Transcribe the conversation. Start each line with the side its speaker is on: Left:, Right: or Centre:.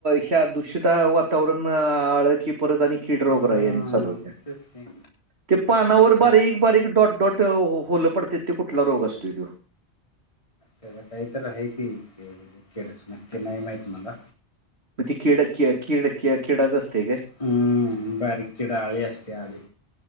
Right: ह्या दूषित वातावरण आळ की परत आणि कीड रोग
Left: हम्म
Right: राई चालू होत्या,
Left: तेच की
Right: ते पानावर
Left: म्हटलं
Right: बारीक बारीक डॉट डॉट होल पडतेत ते कुठला रोग असतो तो?
Left: त्याच काही तरी आहे की <unintelligible> नक्की नाही माहित मला.
Right: मग ती किडकि किडकि किडाच असतेय काय?
Left: हम्म, बारीक किडा आळी असते आळी.